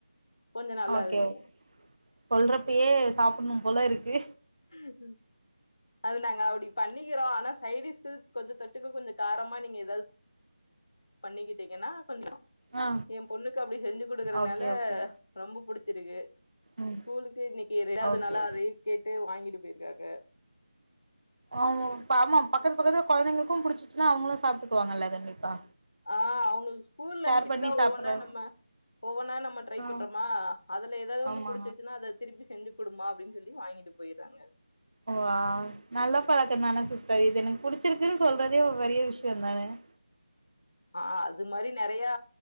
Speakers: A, on the left; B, on the right.
A: கொஞ்சோ நல்லா
B: ஓகே
A: இருக்கு
B: சொல்றப்பயே சாப்புட்ணு போல இருக்கு
A: ம் அது நாங்க அப்டி பண்ணிக்கிறோ ஆனா சைடிஸ்க்கு கொஞ்ச தொட்டுக்கு கொஞ்ச காரமா நீங்க ஏதாது பண்ணிக்கிட்டிங்கனா கொஞ்ச
B: ஆ
A: ஏ பொண்ணுக்கு அப்டி செஞ்சு குடுக்கறனால
B: ஓகே ஓகே
A: ரொம்ப புடிச்சிருக்கு
B: ம்
A: ஸ்கூலுக்கு இன்னிக்கு ரெண்டாதுனால
B: ஓகே
A: அதையு கேட்டு வாங்கிட்டு போயிருக்காங்க
B: ஆமோ ஆமா பக்கத்து பக்கத்துல கொழந்தைங்களுக்கு புடிச்சிச்சுனா அவங்களு சாப்ட்டுக்குவாங்கல்ல கண்டிப்பா
A: ஆ அவுங்களுக்கு ஸ்கூல்
B: ஷேர்
A: லன்ச்சுக்கு
B: பண்ணி
A: தா
B: சாப்புட்ற
A: ஒவ்வொன்னா நம்ம ஒவ்வொன்னா நம்ம ட்ரை
B: ஆ
A: பண்றோமா அதுல ஏதாது ஒன்னு
B: ஆமா
A: புடிச்சிச்சுனா அது திருப்பி செஞ்சு கொடுமா அப்டின்னு சொல்லி வாங்கிட்டு போயிறாங்க
B: ஓ ஆ நல்ல பழக்கம் தான சிஸ்டர் இது எனக்கு புடிச்சிருக்குன்னு சொல்றதே ஒரு பெரிய விஷயம் தான ஆ
A: ஆ அது மாரி நெறையா